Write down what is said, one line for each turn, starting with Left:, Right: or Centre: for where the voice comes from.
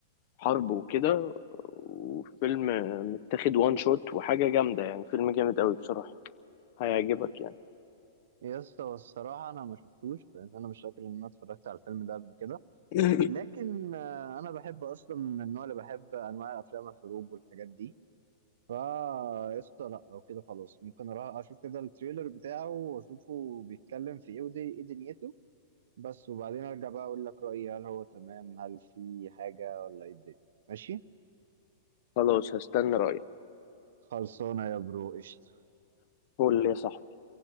Left: حرب وكده وفيلم متاخد وان شوت وحاجة جامدة يعني فيلم جامد قوي بصراحة هيعجبك يعني
Right: يا اسطى الصراحه انا ما شفتوش لان انا مش فاكر ان انا اتفرجت على الفيلم ده قبل كده
Left: <laughs>
Right: لكن آه، انا بحب اصلا من النوع اللي بحب انواع افلام الحروب والحاجات دي فا قشطة لا لو كده خلاص ممكن اروح اشوف كده التريلر بتاعه واشوفه بيتكلم في ايه ودي ايه دنيته بس وبعدين ارجع بقى اقول لك رأيي هل هو تمام هل في حاجة ولا ايه الدنيا ماشي
Left: خلاص هستنى رأيك
Right: خلصانة يا برو قشطة
Left: قول لي يا صاحبي